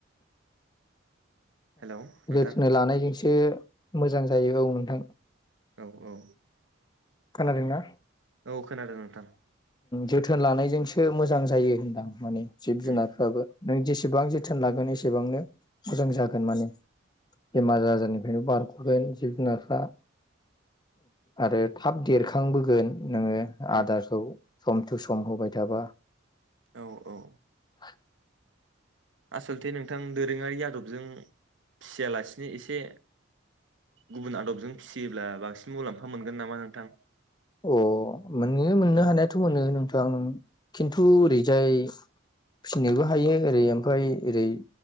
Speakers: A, on the right; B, on the left.
A: हेलौ नोंथां
B: जोथोनै लानाय जोंसो मोजां जायो औ नोंथां
A: औ औ
B: खोनादोंना
A: अ खोनादों नोंथां
B: जोथोन लानायजोंसो मोजां जायो होनदां माने जिब जुनारफ्राबो
A: उम
B: नों जेसे एसेबां जोथोन लागोन एसेबांनो मोजां जागोन माने बेमार आजारनिफ्रायनो बारग'गोन जिब जुनारफ्रा आरो थाब देरखांबोगोन नोङो
A: उम
B: आदारखौ सम थु सम होबाय थाबा
A: औ औ
B: <inaudible>
A: आसलथे नोंथां दोरोङारि आदबजों फिसियालासिनो एसे गुबुन आदबजों फिसियोब्ला बांसिन मुलाम्फा मोनगोन नामा नोंथां
B: अ मोनो मोननो हानायाथ' मोनो नोंथां ओं खिन्थु ओरैजाय फिनोबो हायो ओरै ओमफ्राय ओरै